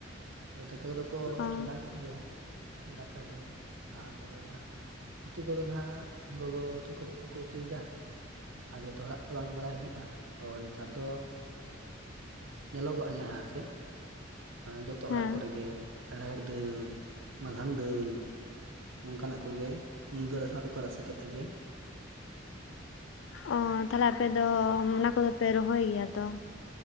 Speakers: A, on the right; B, on the left.
A: ᱟᱫᱚ ᱫᱟᱠᱟ ᱠᱚᱫᱚ ᱠᱚ
B: ᱚ
A: ᱪᱚᱸᱫᱟ ᱟᱠᱟᱫ ᱜᱮᱭᱟ ᱫᱟᱠᱟ ᱫᱚ ᱟᱫᱚ ᱦᱟᱜ ᱩᱛᱩ ᱠᱚᱫᱚ ᱱᱟᱦᱟᱜ ᱜᱚᱜᱚ ᱛᱟᱠᱚ ᱪᱮᱫ ᱪᱮᱫ ᱠᱚ ᱩᱛᱩ ᱭᱮᱫᱟ ᱟᱨ ᱡᱚᱛᱚ ᱦᱚᱲᱟᱜ ᱛᱚ ᱵᱟᱝ ᱵᱟᱲᱟᱭ ᱦᱩᱭᱩᱜ-ᱟ ᱛᱚ ᱱᱮᱛᱟᱨ ᱫᱚ ᱧᱮᱞᱚᱜᱚᱜᱼᱟ ᱡᱟᱦᱟᱸ ᱟᱨ ᱪᱮᱫ ᱡᱚᱛᱚ
B: ᱦᱮᱸ
A: ᱚᱲᱟᱜ ᱠᱚᱨᱮ ᱜᱮ ᱨᱟᱦᱮᱲ ᱫᱟᱹᱞ ᱢᱟᱞᱦᱟᱱ ᱫᱟᱹᱞ ᱱᱚᱝᱠᱟ ᱱᱟᱜ ᱠᱚᱜᱮ ᱢᱩᱱᱜᱟᱹ ᱟᱲᱟᱜ ᱥᱟᱶ ᱛᱮᱠᱚ ᱨᱟᱥᱮ ᱠᱮᱫ ᱜᱮ
B: ᱚᱻ ᱛᱟᱦᱚᱞᱮ ᱟᱯᱮ ᱫᱚ ᱚᱱᱟ ᱠᱚᱫᱚ ᱯᱮ ᱨᱚᱦᱚᱭ ᱜᱮᱭᱟ ᱛᱚ